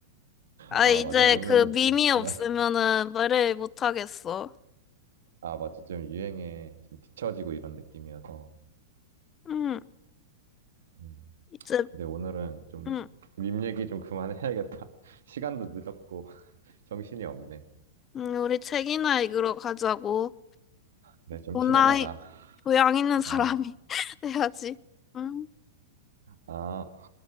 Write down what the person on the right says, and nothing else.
아,
맞아. 오늘은
좀 그만.
<laughs>
아, 맞아. 좀 유행에 좀 뒤처지고 이런 느낌이어서.
음.
근데 오늘은 좀
밈 얘기 좀 그만해야겠다. <laughs> 시간도 늦었고 <laughs> 정신이 없네.
그래, 좀
쉬러 가자.
어,
어.